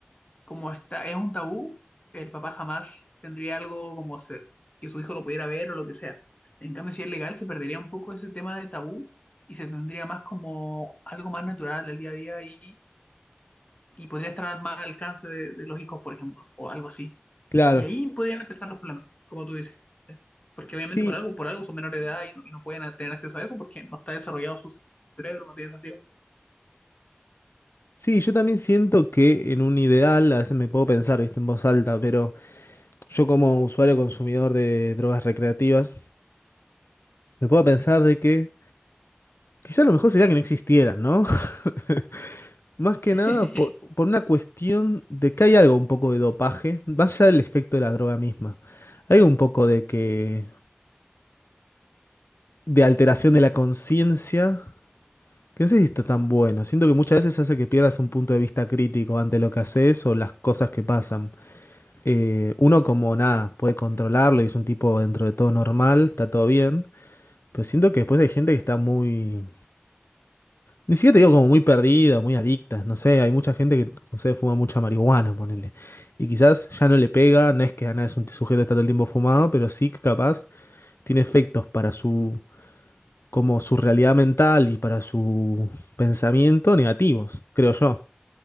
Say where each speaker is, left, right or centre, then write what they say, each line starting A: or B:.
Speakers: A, on the left; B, on the left.
A: como está, es un tabú, el papá jamás tendría algo como ser, que su hijo lo pudiera ver o lo que sea. En cambio, si es legal, se perdería un poco ese tema de tabú y se tendría más como algo más natural del día a día y, y podría estar más al alcance de, de los hijos, por ejemplo, o algo así.
B: Claro.
A: Y ahí podrían empezar los problemas, como tú dices. Porque obviamente
B: Sí,
A: por algo, por algo son menores de edad y no, y no pueden a- tener acceso a eso porque no está desarrollado su cerebro, no tiene sentido.
B: sí, yo también siento que en un ideal, a veces me puedo pensar, ¿viste? En voz alta, pero yo como usuario consumidor de drogas recreativas, me puedo pensar de que quizás lo mejor sería que no existieran, ¿no? <laughs> Más que
A: <laughs>
B: nada por, por una cuestión de que hay algo un poco de dopaje, más allá del efecto de la droga misma. Hay un poco de que, de alteración de la conciencia, que no sé si está tan bueno. Siento que muchas veces hace que pierdas un punto de vista crítico ante lo que haces o las cosas que pasan. Eh, uno como nada, puede controlarlo y es un tipo dentro de todo normal, está todo bien. Pero siento que después hay gente que está muy Ni siquiera te digo como muy perdidas, muy adictas, no sé, hay mucha gente que, no sé, fuma mucha marihuana, ponele. Y quizás ya no le pega, no es que nada es un sujeto que está todo el tiempo fumado, pero sí que capaz tiene efectos para su, como su realidad mental y para su pensamiento negativos, creo yo.